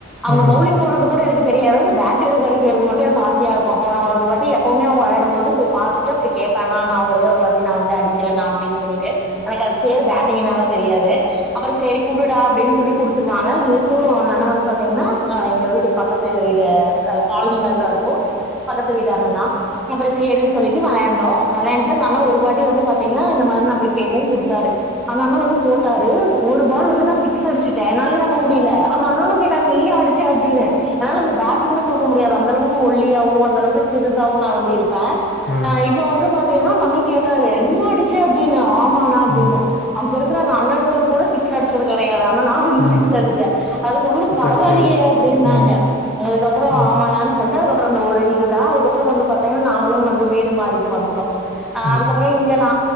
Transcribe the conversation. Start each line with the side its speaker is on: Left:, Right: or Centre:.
Centre: அவங்க
Left: ம்
Centre: பவ்லிங் போடுறது கூட எனக்கு தெரியாது அந்த பேட் எடுத்து அடிக்கிறது மட்டு எனக்கு ஆசையாருக்கு அப்போ நா ஒரு வாட்டி எப்போமே அவசங் விளையாட ம்போது போய் பாத்துட்டு அப்ரோ கேப்ப அண்ணா அண்ணா ஒரேஒரு வாட்டி நா வந்து அடிக்கிறனா அப்டின்னு சொல்லிட்டு எனக்கு அதுக் பேர் பேட் டிங்னால தெரியாது அப்ரோ சேரி குடுடா அப்டின் சொல்லி குடுத்துருவாங்க இதுக்கு அந்த அண்ணா வந்துபாத்தீங்ன்னா அவ எங்க வீட்டுக்கு பக்கத்து வீடு கால்னி மர தாருக்கு பக்கத்து வீடன்னாத தா அப்ரோ சேரி சொல்லிட்டு வெளையாண்டோ வெளைன்ட்டு அந்த அண்ணா ஒரு பாட்டி வந்து பாத்தீங்ன்னா இந்த மாரி நா போய் கேக்கவு குடுத்தாரு அந்த அண்ணா வந்து போட்டாரு ஒரு பால் வந்து நா சிக்ஸ் அடிச்சிட்ட அத்னாலயே நா நம்பமுடியில அந்த அண்ணனு கேட்டாங்க நீயா ஆடிச்ச அப்டினு என்னால அந்த பேட்டு கூட தூக்க முடியாது அந்த அளவுக் கு ஒல்லியாவு அந்தளவுக்கு சிறுசாவு நா வந்து இருப்ப
Left: ம் ம்
Centre: ஆ இப்ப வந்து பாத்தீங்னா அந்த அண்ணே கேட்டாரு நீயா அடிச்ச அப்டின்னு ஆமானா அப்டின்ன
Left: ம்
Centre: அங்க இருக் அந்த அண்ணன்கள் கூட சிக்ஸ் அடிச்சது கிடையாதா ந வந்து
Left: ம்
Centre: சிக்ஸ் அடிச்சே அதுக்கப்புறம் பரவால்லயே
Left: தற்செயலா
Centre: அப்படி இருந்தாங்க
Left: ம் ம்
Centre: அதுக்கப்புறம்
Left: ம்
Centre: ஆமனான்னு சொல்லி அதுக்கப்புறம் அந்த ஒரு இதுதான் அதுக்கப்புறம் வந்து பாத்தீங்கன்னா நாங்களும் வந்து வீடு மாறிட்டு வந்துட்டு அ்
Left: ம் ம் ம்
Centre: அதுக்கப்புறம்
Left: ம் ம் ம் ம் ம் ம் ம்
Centre: இங்க நா